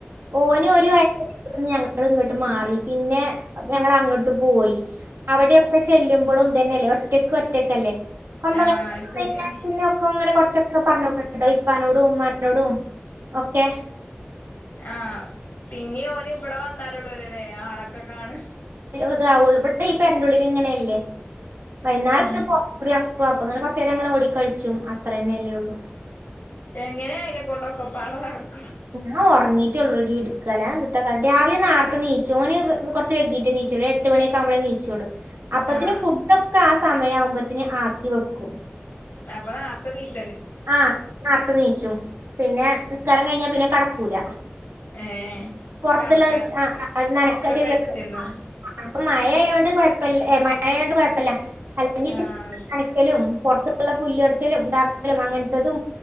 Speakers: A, on the right (about 70°); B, on the left (about 65°).
A: ഓനെ ഒരു <unintelligible> ഇങ്ങോട്ട് മാറി പിന്നെ ഞങ്ങ അങ്ങോട്ട് പോയി അവിടെയൊക്കെ ചെല്ലുമ്പോഴും തന്നെല്ലേ ഒറ്റക്ക് ഒറ്റക്കല്ലേ <unintelligible>
B: ആഹ് അത് ശരിയാ
A: കുറച്ചൊക്കെ പറഞ്ഞോക്കട്ടേ ഇപ്പാനോടും ഉമ്മാനോടും ഓക്കെ
B: ആ പിന്നിം ഓന് ഇപടെ വന്നാലള്ളൂല്ലേ ആളൊക്കെ കാണാ
A: ഇതാവുള്ളൂ ഇവിടെ ഈ പെരൻ്റേള്ളിലങ്ങനെയല്ലേ വൈനാരം
B: ഉം
A: ഒന്ന് പൊർത്തുക്കൂടെ നടക്കും പ്പം അപ്പത്തന്നെ കൊറച്ചേരം ഓടി കളിച്ചും അത്രന്നെ ഉള്ളൂ
B: എങ്ങനെ അയിനെകൊണ്ട് ഒക്കപാടേ നടക്കൂം
A: ഞാ ഉറങ്ങിയിട്ടള്ളൂടീ ഇട്ക്ക എല്ലാതെഎത്ന്ത്താ കാട്ടാ രാവിലെ നേർത്തെ നീച്ചും ഓന്ന് കൊറച്ച് വൈകീട്ടേ നീച്ചോളൂ എട്ട് മണിഒക്കെ ആകുമ്പോഴേ നീച്ചോളു അപ്പത്തിന്
B: ആഹ്
A: ഫുഡ്ടൊക്കെ ആസ സമയാവുമ്പോത്തിന് ആക്കി വെക്കും
B: ഞമ്മള് നേർത്തെ നീ
A: ആ നേർത്തെ നീച്ചും പിന്നെ നിസ്കാരം കഴിഞ്ഞാ പിന്നെ കടക്കൂല
B: ഏഹ്
A: പൊറത്തുള്ളത്
B: കടക്കാൻ
A: ആ നനക്കാ
B: ഒക്കെ
A: ചെയ്യ്ണത്
B: കഴിച്ചണ്ടാവും
A: ഇപ്പൊ മഴയായോണ്ട് കുഴപ്പ മഴയാതോണ്ട് കുഴപ്പില്ല അല്ലെങ്കിൽ
B: ആഹ്
A: അലക്കലും പുറത്ത് മുറ്റത്തുള്ള പുല്ല് പർച്ചലും ണ്ടാക്കലും ലും അങ്ങനത്തതും